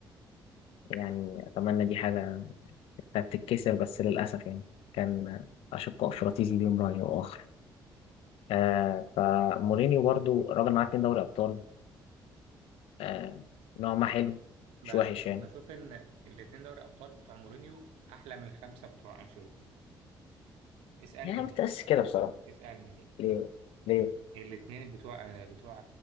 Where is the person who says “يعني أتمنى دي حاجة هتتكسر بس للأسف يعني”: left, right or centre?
Left